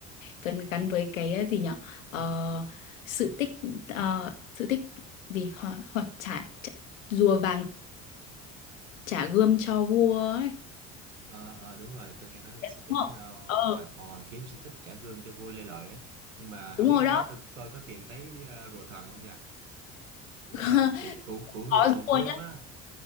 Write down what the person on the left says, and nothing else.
phần gắn với cái ờ, gì nhở Ờ, sự tích ờ, sự tích gì hoặc, hoặc trả, trả rùa vàng trả gươm cho vua ấy.
Đúng
không?
Ờ,
đúng
rồi
đó.
<laughs>
Có
rùa